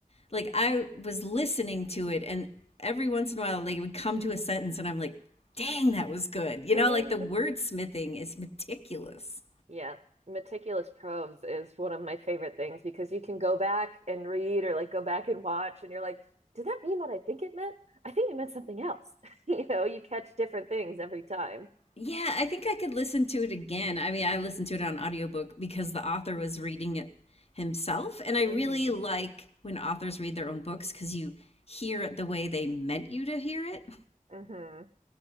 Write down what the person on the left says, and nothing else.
like I was listening to it, and every once in a while, like it would come to a sentence, and I'm like, dang, that was good. You
know, like the wordsmithing is meticulous.
Yeah, I think I could listen to it again. I mean, I listened to it on audiobook because the author was reading it himself. And I really
like when authors read their own books because you hear it the way they meant you to hear it.